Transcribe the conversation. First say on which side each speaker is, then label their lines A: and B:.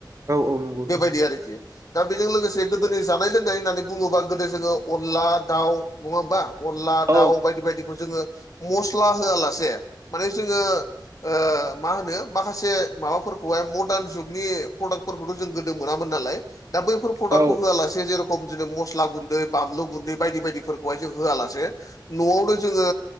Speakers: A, on the right; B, on the left.
A: औ नंगौ नंगौ
B: बेबायदि आरोखि दा बेजों लोगोसे गोदोनि जानाय लोंनाय होननानै बुङोबा गोदो जोङो अनला दाउ नङा होमबा। अनला
A: औ
B: दाउ बायदि बायदिखौ जोङो मस्ला होआलासे माने जोङो ओ मा होनो माखासे माबाफोर खौहाय मडार्न जुगनि प्रडाक्टफोरखौथ' जों गोदो मोनामोन नालाय दा बैफोर प्रडाक्टखौ
A: औ
B: होआलासे जेरख खम जेरै मस्ला गुन्दै बानलु गुन्दै बायदि-बायदिफोरखौहाय जों होआला से न'आवनो जोङो